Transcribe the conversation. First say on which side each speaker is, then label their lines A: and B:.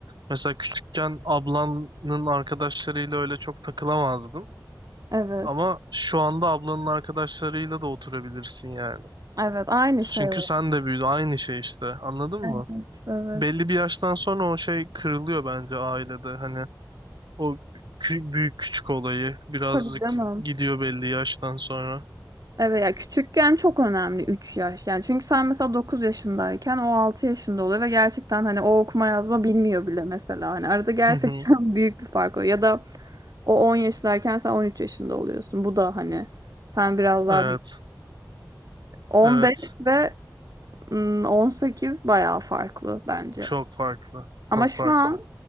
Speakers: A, on the right; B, on the right.
A: Mesela küçükken ablanın arkadaşlarıyla öyle çok takılamazdın.
B: Evet.
A: Ama şu anda ablanın arkadaşlarıyla da oturabilirsin yani.
B: Evet. Aynı şey
A: Çünkü
B: o.
A: sen de büyüdü. Aynı şey işte. Anladın mı?
B: Evet. Evet.
A: belli bir yaştan sonra o şey kırılıyor bence ailede. Hani o kü- büyük küçük olayı birazcık
B: Tabii canım.
A: gidiyor belli yaştan sonra.
B: Evet ya küçükken çok önemli 3 yaş. Yani çünkü sen mesela 9 yaşındayken o 6 yaşında oluyor ve gerçekten hani o okuma yazma bilmiyor bile mesela. Hani arada gerçekten
A: Hı hı.
B: <laughs> büyük bir fark oluyor. Ya da o 10 yaşındayken sen 13 yaşında oluyorsun. Bu da hani sen biraz daha
A: Evet,
B: büyük. On
A: evet.
B: beş ve mm, 18 bayağı farklı bence.
A: Çok farklı.
B: Ama
A: Çok
B: şu
A: farklı.
B: an